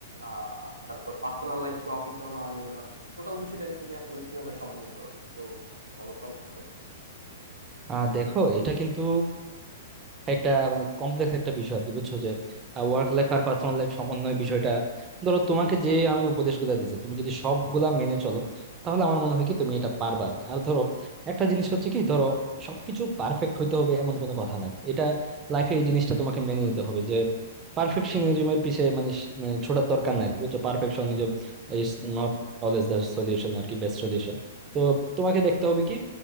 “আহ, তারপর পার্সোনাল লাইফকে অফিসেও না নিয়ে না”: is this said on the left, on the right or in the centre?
Right